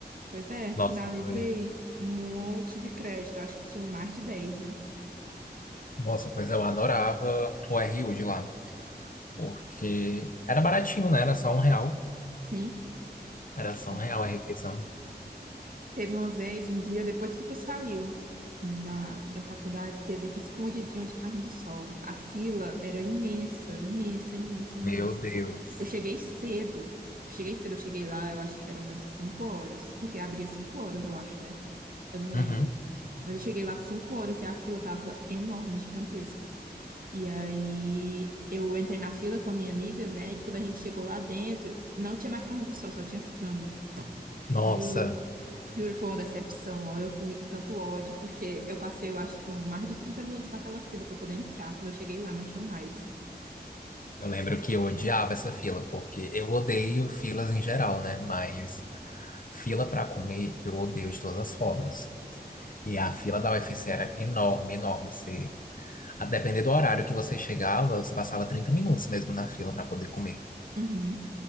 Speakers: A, on the right; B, on the left.
A: Pois é,
B: Nossa,
A: finalizei
B: pois,
A: um monte de crédito. Eu acho que tinha um mais de dez viu?
B: nossa, pois eu adorava o RU de lá, porque era baratinho, né? Era só um real.
A: Sim,
B: Era
A: sim.
B: só um real a refeição.
A: Teve uma vez, um dia depois que tu saiu da, da faculdade, teve escondidinho de carne do sol. A fila era imensa, imensa, imensa, imensa.
B: Meu Deus.
A: Eu cheguei cedo. Eu cheguei cedo, eu cheguei lá, eu acho que eram umas 5 horas, porque abria 5 horas, eu acho, né? Eu não lembro.
B: Uhum.
A: Mas eu cheguei lá 5 horas e a fila tava enorme, gigantesca. E aí eu entrei na fila com a minha amiga, né? E quando a gente chegou lá dentro, não tinha mais carne do sol, só tinha frango.
B: Nossa,
A: Juro. Juro, foi uma decepção, ó, eu comi com tanto ódio, porque eu passei, eu acho que um, mais de 30 minutos naquela fila para poder entrar. Quando eu cheguei lá, não tinha mais.
B: eu lembro que eu odiava essa fila, porque eu odeio filas em geral, né? Mas fila pra comer eu odeio de todas as formas. E a fila da UFC era enorme, enorme. Você, a depender do horário que você chegava, você passava 30 minutos mesmo na fila para poder comer.
A: Uhum.